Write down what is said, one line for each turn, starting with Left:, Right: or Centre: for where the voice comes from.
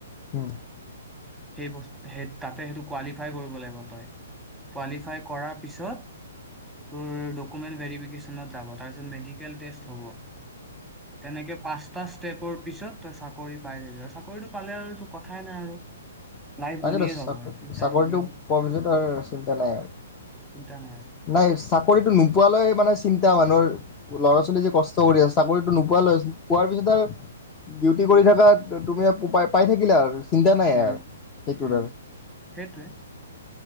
Left: ওম
Centre: সেই বস্ত সেই তাতে সেইটো কোৱালিফাই কৰিব লাগিব তই কোৱালিফাই কৰাৰ পিছত তোৰ ডকুমেণ্ট ভেৰিফিকেশ্যনত যাব তাৰপিছত মেডিকেল টেষ্ট হ'ব তেনেকৈ পাঁচটা ষ্টেপৰ পিছত তই চাকৰি পাই যাবি আৰু চাকৰিটো পালে আৰুতো কথাই নাই আৰু লাইফ
Left: তাকেতো
Centre: বনিয়ে যাব
Left: চাক
Centre: আৰু ফিউচাৰ
Left: চাকৰিটো
Centre: বনি গ'ল
Left: পোৱাৰ পিছততো আৰু চিন্তা নাই।
Centre: চিন্তা নাই আৰু।
Left: নাই চাকৰিতটো নোপোৱালৈ মানে চি য়া মানুহৰ ল'ৰা ছোৱালী যে, কষ্ট কৰি আছ চাকৰিতোৱ নোপোৱালৈ হৈছিল পোৱাৰ পিছত ডিউটি কৰি থকা তুমি পাই পাই থাকিলা আৰু। চিন্তা নাই এআৰ
Centre: উম,
Left: সেইটো
Centre: উম, সেইটোৱে